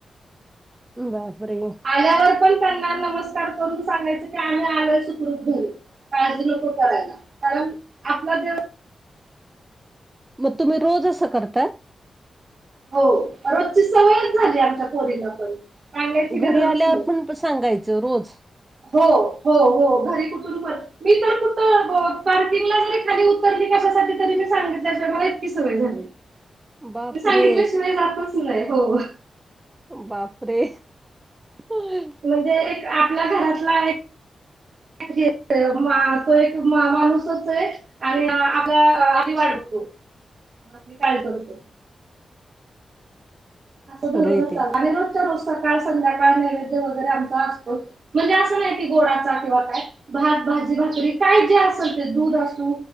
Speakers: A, on the right; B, on the right.
A: बापरे!
B: आल्यावर पण त्यांना नमस्कार करून सांगायचं ते आम्ही आलोय सुखरूप घरी. काळजी नको करायला कारण आपला देव
A: मग तुम्ही रोज असं करता?
B: हो रोजची सवयच झाली आमच्या पोरींना पण. सांगायची
A: घरी
B: गरजच
A: आल्यावर
B: नाही.
A: पण सांगायचं रोज?
B: हो हो हो घरी कुठून पण. मी तर कुठं पार्किंगला जरी खाली उतरली कशासाठी तरी मी सांगितल्याशिवाय मला इतकी सवय झाली. <inaudible>
A: बापरे!
B: सांगितल्याशिवाय जातच नाही हो
A: बापरे! <inaudible>
B: ते एक आपल्या घरातला आहे <unintelligible> तो एक माणूसच आहे. आणि आपल्या आधी वाट बघतो, आपली काय करतो. असं धरूनच
A: खरं य ते
B: चालतो आणि रोजच्या रोज सकाळ संध्याकाळ नैवेद्य वगैरे आमचा असतोच. म्हणजे असं नाही की गोडाचा किंवा काय भात भाजी भाकरी काही जे असेल ते दूध असो